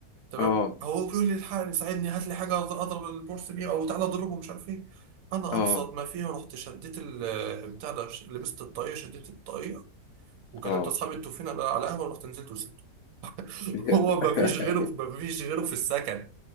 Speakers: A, on the right; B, on the left.
A: تمام
B: اه
A: هو بيقول لي الحقني ساعدني هات لي حاجه اضرب البورس بيها او تعالى اضربه مش عارف ايه انا
B: اه
A: ابسط ما فيها رحت شديت ال- بتاع ده ش- لبست الطاقيه شديت الطاقيه وكلمت
B: اه
A: اصحابي انتوا فين انا على قهوه رحت نزلت وسبته <laughs>
B: <laughs>
A: هو ما فيش غيره ما فيش غيره في السكن